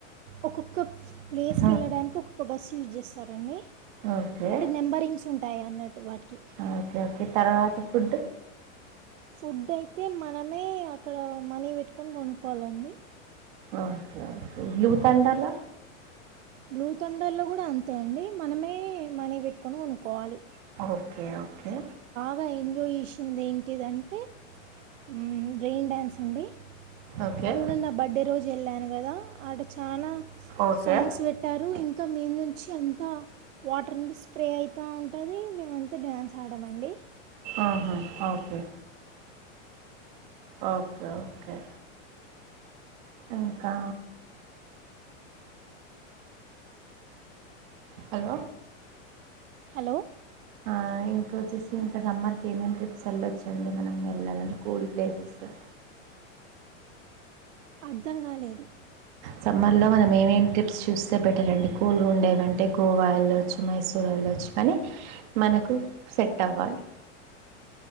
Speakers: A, on the right; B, on the right.
A: ఒక్కొక్క ప్లేస్కి
B: ఉమ్,
A: వెళ్ళడానికి ఒక్కొక్క బస్సు యూజ్ చేస్తారండి
B: ఓకే
A: అంటే నెంబరింగ్స్ ఉంటాయి అన్నట్టు వాటికి
B: ఓకే ఓకే తర్వాత ఫుడ్
A: ఫుడ్ అయితే మనమే అక్కడ మనీ పెట్టుకొని కొనుక్కోవాలండి
B: ఓకే బ్లూ తండర్ లొ
A: బ్లూ తండర్లో కూడా అంతే అండి మనమే మనీ పెట్టుకొని కొనుక్కోవాలి
B: ఓకే ఓకే
A: బాగా ఎంజాయ్ చేసింది ఏంటిదంటే ఉ రైయిన్ డ్యాన్స్ అండి
B: ఓకే
A: అది కూడా నా బర్త్డే రోజు వెళ్ళాను కదా ఆడ చానా
B: ఓకే
A: సాంగ్స్ పెట్టారు ఇంకా ఇంకా మీద నుంచి అంతా వాటర్ అంత స్ప్రే అయితా ఉంటది మేం అంతా డ్యాన్స్ ఆడామండి
B: ఆహా ఓకే ఓకే ఓకే ఇంకా హలో
A: హలో
B: ఆ ఇంకా వచ్చేసి ఇంకా సమ్మర్కి ఏమేం ట్రిప్స్ వెళ్ళొచ్చండి మనం వెళ్ళాలంటే కూల్ ప్లేసెస్ అ
A: అర్థం కాలేదు
B: సమ్మర్లో మనం ఏమేమి ట్రిప్స్ చూస్తే బెటర్ అండి కూల్ గా ఉండేవంటే గోవా ఎళ్ళొచ్చు మైసూర్ ఎళ్ళొచ్చు. స్వలే మనకు సెట్ అవ్వాలి